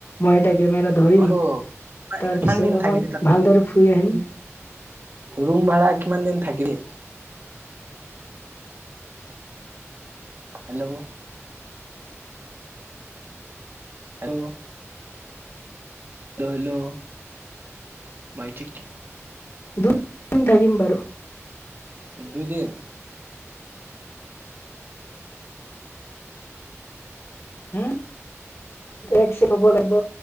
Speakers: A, on the left; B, on the right.
A: মই এটা কেমেৰা ধৰিম।
B: অটো
A: তাৰ
B: কিমান
A: পিছত
B: দিন
A: অকণ
B: থাকিবি তাত
A: ভালদৰে ফুৰি আহিম।
B: ৰুম ভাড়া কিমান দিন থাকিলে। হেল্ল' হেল্ল' হেল্ল' হেল্ল' মাইকঠিক
A: দুদিন থাকিম বাৰু
B: দুইদিন।
A: হ'ম একচেট হ'ব লাগিব।